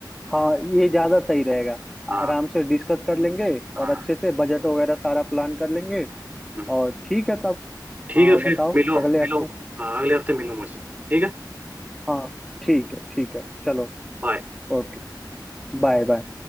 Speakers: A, in the centre; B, on the right (about 20°).
A: हाँ ये ज्यादा सही रहेगा
B: हाँ
A: आराम से डिस्कस कर लेंगे और
B: हाँ
A: अच्छे से बजट वगैरह सारा प्लान कर लेंगे
B: हम्म,
A: और ठीक है तब
B: ठीक
A: हाँ
B: है
A: बताओ
B: फिर मिलो
A: अगले
B: मिलो
A: हफ्ते
B: हाँ, अगले हफ्ते मिलो मुझसे ठीक है
A: हाँ ठीक है ठीक है चलो
B: बाय
A: ओके Bye bye